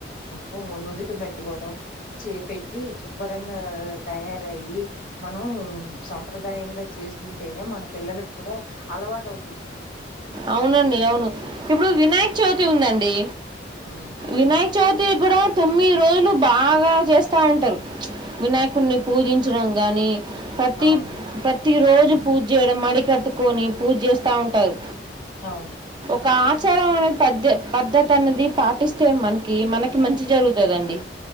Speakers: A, on the left (about 45°); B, on the right (about 25°).
A: హు నుదిట పెట్ పెట్టుకోవడం చే పెట్టి శుభ్రంగా తయారయ్యి మనం సంప్రదాయంగా చేస్తుంటేనే మన పిల్లలకు కూడా అలవాట అవుతుంది
B: అవునండి అవును ఇప్పుడు వినాయక్ చవితి ఉందండి
A: ఉమ్మ్
B: వినాయక చవితి కూడా తొమ్మిది రోజులు బాగా చేస్త ఉంటారు వినాయకుడిని పూజించడం కానీ పతి
A: అవును
B: ప్ర ప్రతి రోజు పూజ చేయడం మడి కట్టుకొని పూజ చేస్తా ఉంటారు
A: అవును
B: ఒక ఆచారం అనేది పద్ద పద్ధతి అనేది పాటిస్తే మనకి మనకి మంచి జరుగుతుదండి